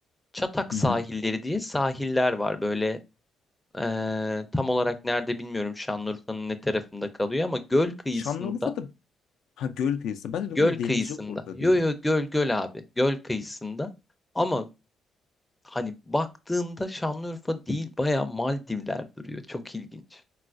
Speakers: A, in the centre; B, on the left (about 80°).
A: Çatak
B: Hı
A: sahilleri
B: hı.
A: diye sahiller var. Böyle eee, tam olarak nerede bilmiyorum Şanlıurfa'nın ne tarafında kalıyor ama göl kıyısında,
B: Şanlıurfa'da ha göl kıyısı. Ben
A: göl
B: de bu deniz
A: kıyısında.
B: yok orada
A: Yo
B: diye.
A: yo göl göl abi. Göl kıyısında. Ama hani baktığında Şanlıurfa değil baya Maldivler duruyor. Çok ilginç.